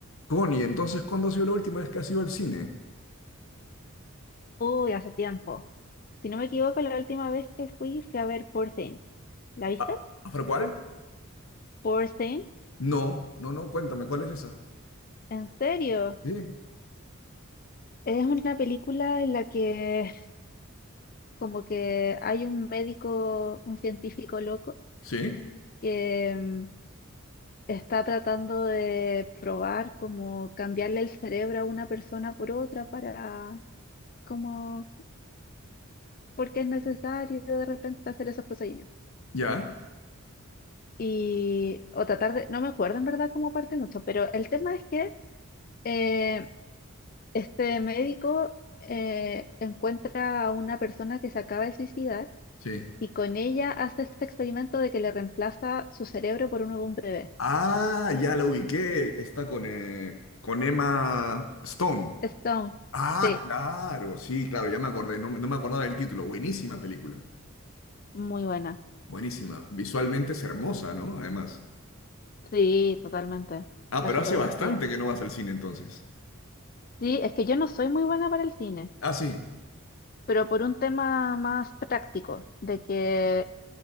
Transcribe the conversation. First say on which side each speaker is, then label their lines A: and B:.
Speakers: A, on the left; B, on the left.
A: Connie, entonces, ¿cuándo ha sido la última vez que has ido al cine?
B: Uy, hace tiempo. Si no me equivoco, la última vez que fui, fui a ver Poor Things. ¿La viste?
A: ¿A, ¿Afra cuál?
B: Poor Things,
A: No, no, no, cuéntame, ¿cuál es esa?
B: ¿en serio?
A: Sí,
B: Es una película en la que como que hay un médico, un científico loco,
A: sí,
B: que mm, está tratando de probar como cambiarle el cerebro a una persona por otra para como porque es necesario de repente hacer esos procedimientos.
A: ya,
B: Y o tratar de, no me acuerdo en verdad cómo parte mucho, pero el tema es que eh, Este médico eh, encuentra a una persona que se acaba de suicidar
A: sí.
B: y con ella hace este experimento de que le reemplaza su cerebro por uno de un bebé.
A: Ah, ya la ubiqué, está con, eh, con Emma Stone.
B: Stone,
A: Ah,
B: sí,
A: claro, sí, claro, ya me acordé, no, no me acordaba del título, buenísima película,
B: muy buena.
A: buenísima, visualmente es hermosa, ¿no? Además.
B: Sí, totalmente.
A: Ah,
B: La
A: pero
B: fotografía.
A: hace bastante que no vas al cine entonces.
B: Sí, es que yo no soy muy buena para el cine,
A: Ah, sí,
B: pero por un tema más práctico, de que